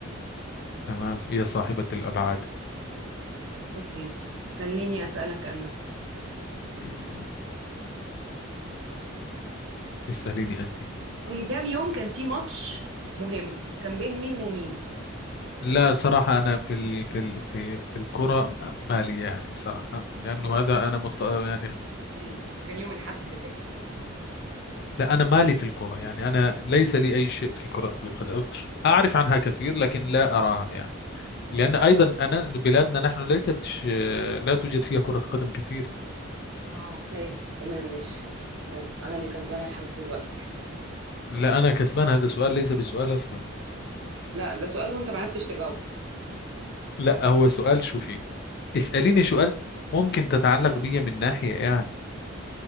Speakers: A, on the left (about 55°); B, on the right (about 65°).
A: تمام يا صاحبة الابعاد
B: اوكي خليني اسالك انا
A: <clears throat> اساليني انت
B: من كام يوم كان في ماتش مهم كان بين مين ومين
A: لا صراحة أنا في ال... في ال... في في الكرة م- مالي يعني صراحة لأنه هذا أنا مط... يعني
B: مدريد كان يوم الاحد اللي فات
A: لا أنا مالي في الكرة يعني أنا ليس لي أي شيء في كرة القدم أعرف عنها كثير لكن لا أراها يعني لأن أيضا أنا إنه بلادنا نحن ليست ش- لا توجد فيها كرة قدم كثير
B: اه اوكي تمام ماشي يلا انا اللي كسبانه لحد دلوقتي
A: لا أنا كسبان هذا السؤال ليس بسؤال أصلا
B: لا ده سؤال وانت ما عرفتش تجاوب
A: لا هو سؤال شوفي اسأليني سؤال ممكن تتعلق بيا من ناحية يعني